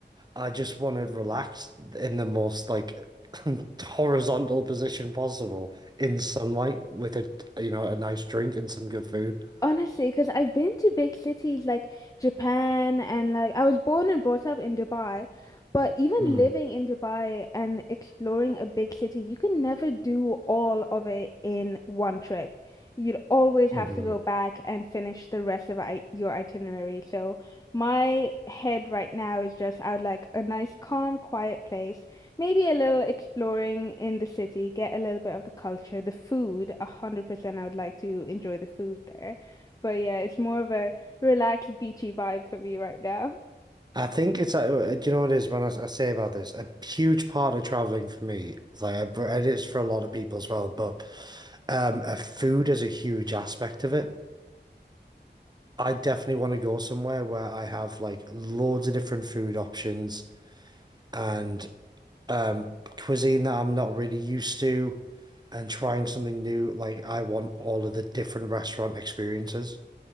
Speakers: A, on the right; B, on the left.
A: I just want to relax in the most like <laughs> horizontal position possible in sunlight with a, you know, a nice drink and some good food.
B: Honestly, because I've been to big cities like Japan and like I was born and brought up in Dubai, but even
A: Mm.
B: living in Dubai and exploring a big city, you can never do all of it in one trip. You'd always have
A: Mhm.
B: to go back and finish the rest of I your itinerary. So my head right now is just I would like a nice, calm, quiet place, maybe a little exploring in the city, get a little bit of the culture, the food, 100% I would like to enjoy the food there. But yeah, it's more of a relaxed, beachy vibe for me right now.
A: I think it's like, uh, do you know what it is when I, I say about this? A huge part of traveling for me, like I, br- it is for a lot of people as well, but um, uh, food is a huge aspect of it. I definitely want to go somewhere where I have like loads of different food options and um, cuisine that I'm not really used to, and trying something new. Like I want all of the different restaurant experiences.